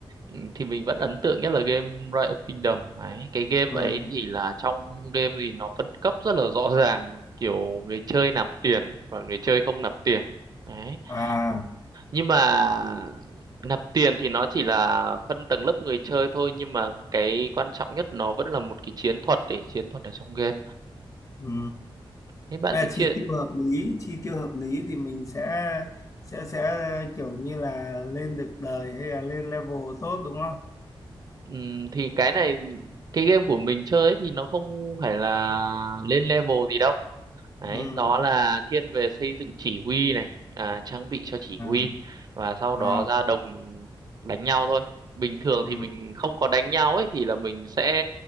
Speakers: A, on the right (about 45°); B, on the left (about 35°).
A: Ừ, thì mình vẫn ấn tượng nhất là game Rise of Kingdom ấy cái game
B: ừ.
A: ấy thì là trong game thì nó phân cấp rất là rõ ràng kiểu người chơi nạp tiền và người chơi không nạp tiền đấy
B: à
A: Ừ. nhưng mà nạp tiền thì nó chỉ là phân tầng lớp người chơi thôi nhưng mà cái quan trọng nhất nó vẫn là một cái chiến thuật ấy chiến thuật ở trong game
B: ừ.
A: thế bạn
B: Thế là
A: thì
B: chi
A: chia
B: tiêu hợp lý chi tiêu hợp lý thì mình sẽ sẽ sẽ kiểu như là lên được đời hay là lên level tốt đúng không
A: ừm, thì cái này cái game của mình chơi ấy thì nó không phải là lên level gì đâu đấy
B: ừ
A: nó là thiên về xây dựng chỉ huy này à, trang bị cho chỉ
B: à
A: huy và sau
B: à
A: đó ra đồng đánh nhau thôi bình thường
B: ừ.
A: thì mình không có đánh nhau ấy thì là mình sẽ